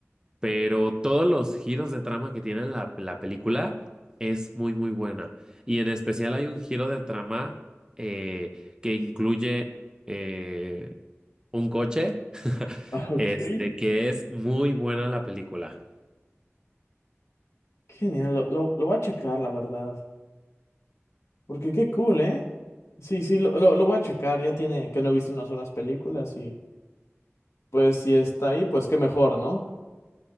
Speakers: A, on the right; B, on the left.
A: pero todos los giros de trama que tiene la, la película es muy, muy buena. Y en especial hay un giro de trama eh, que incluye eh, un coche, <laughs>
B: Ah, Ok.
A: este,
B: Qué
A: que es muy buena la película.
B: Genial, lo, lo, lo voy a checar, la verdad. Porque qué cool, ¿eh? Sí, sí, lo, lo, lo voy a checar. Ya tiene que no he visto unas unas películas y pues si está ahí, pues qué mejor, ¿no?